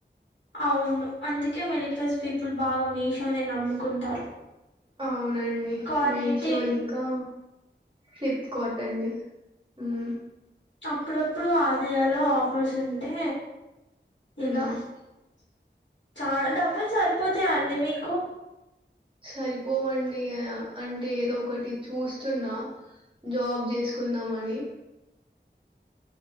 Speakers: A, on the left (about 85°); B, on the right (about 25°).
A: అవును అందుకే మిడిల్ క్లాస్ పీపుల్ బాగా మీషోనే నమ్ముకుంటారు.
B: అవునండి.
A: క్వాలిటీ
B: మీషో ఇంకా ఫ్లిప్కార్ట్ అండి. ఉమ్
A: అప్పుడప్పుడు ఆజియోలో ఆఫర్స్ ఉంటే. <unintelligible>
B: హ్మ్.
A: చాలా డబ్బులు సరిపోతాయా అండి. మీకు?
B: సరిపోవండి. అంటే ఏదో ఒకటి చూస్తున్నా. జాబ్ చేసుకున్దామని